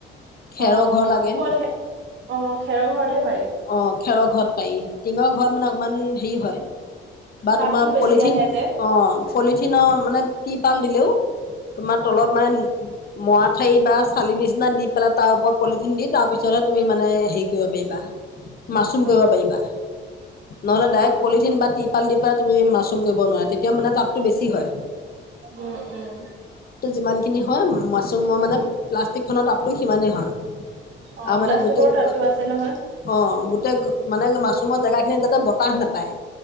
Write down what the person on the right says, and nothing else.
অ
কত অ খেৰৰ ঘৰতহে পাৰি
তাপতো
বেছি
আহে
যে
অ
অ
উম
উম
উম উম
উম
অ',
প্লাষ্টিকৰ
তাতটো আছে নহয়।